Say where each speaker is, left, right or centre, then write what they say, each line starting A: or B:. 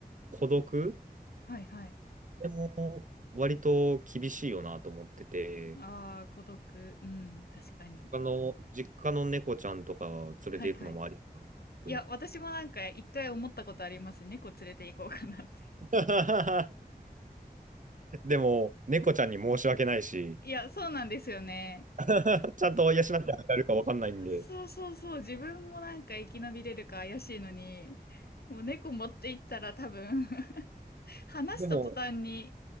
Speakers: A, on the right; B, on the left.
A: 孤独
B: はいはい。
A: でも割と厳しいよなと思ってて、
B: ああ、孤独。うん、確かに。
A: あの、実家の猫ちゃんとか連れて行くのもありかな。
B: はいはい。
A: うん
B: いや、私もなんか一回思ったことあります。猫連れて行こうかなって。<laughs>
A: <laughs> でも、猫ちゃんに申し訳ないし、
B: いや、そうなんですよね。
A: <laughs> ちゃんと養ってあげられるかわかんないんで。
B: そうそうそう。自分もなんか生き延びれるか怪しいのに、もう猫持って行ったら多分 <laughs> 話した途端に
A: でも、